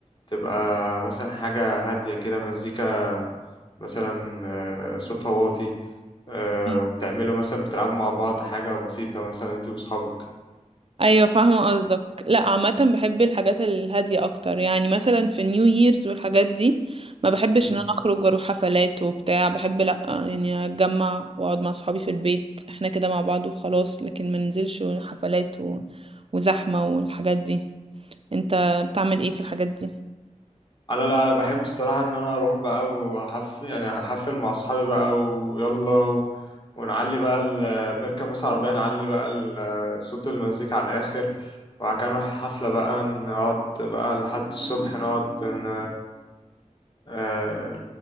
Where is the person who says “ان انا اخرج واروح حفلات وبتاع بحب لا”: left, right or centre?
Right